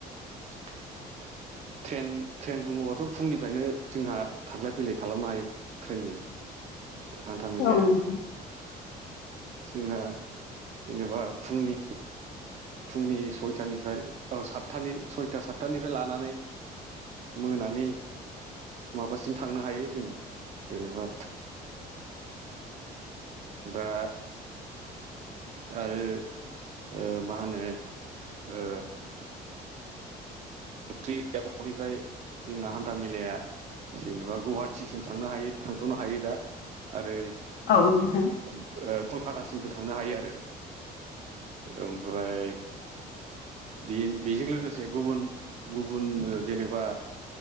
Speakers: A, on the right; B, on the left.
A: ट्रेन ट्रेन बुंङोबाथ' फुंनिफ्रायनो जोंहा थांलाय फैलाय खालामनो हायो ट्रेनजों हान्था मेलाया
B: औ नोंथां
A: जोंना जेनेबा फुंनि फुंनि सयथानिफ्राय औ सातथानि सयथा सातथानिफ्राय लानानै मोनानि माबासिम थांनो हायो जोङो जेनेबा दा आरो ओ मा होनो ओ <unintelligible> फ्राय जोंना हान्था मेलाया जेनेबा गुवाहाटिसिम थांनो हायो थांथ'नो हायो दा आरो
B: औ नोंथां
A: ओ कलकातासिमबो थांनो हायो आरो ओमफ्राय बे-बेजों लोगोसे गुबुन गुबुन ओ जेनेबा